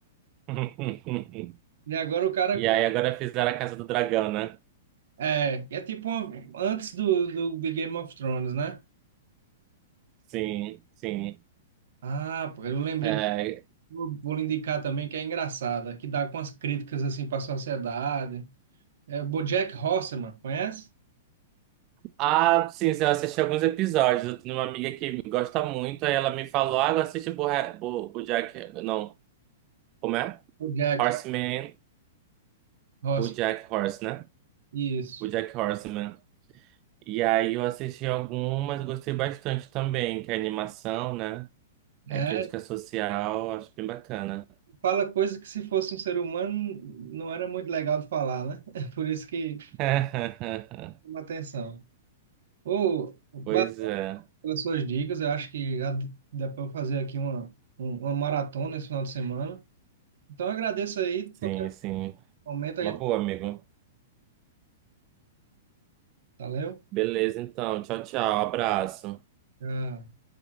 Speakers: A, on the right; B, on the right.
A: <laughs>
B: E agora o cara.
A: E aí agora fizeram a Casa do Dragão, né?
B: É, é tipo uma- antes do, do, de Game of Thrones, né?
A: Sim, sim.
B: Ah, pô, eu lembrei
A: É,
B: de. Vou vou lhe indicar também que é engraçada, que dá com as críticas assim para a sociedade. É BoJack Horseman, conhece?
A: Ah, sim, eu assisti alguns episódios. Eu tenho uma amiga que gosta muito, aí ela me falou, ah, assiste Boja- Bo- BoJack... Não, como é?
B: BoJack
A: Horseman,
B: Horseman,
A: BoJack Horse, né?
B: isso.
A: BoJack Horseman. E aí eu assisti algumas, gostei bastante também, que é animação, né? É
B: É,
A: crítica social, acho bem bacana.
B: fala coisa que se fosse um ser humano não era muito legal de falar, né? <laughs> É por isso que
A: <laughs>
B: chama atenção. Ô, valeu
A: Pois é,
B: pelas suas dicas, eu acho que já d- dá para eu fazer aqui uma, um- uma maratona esse final de semana. Então eu agradeço aí,
A: sim,
B: qualquer
A: sim.
B: momento
A: Uma
B: a gente...
A: boa, amigo.
B: Valeu?
A: Beleza, então. Tchau, tchau. Abraço.
B: Tchau.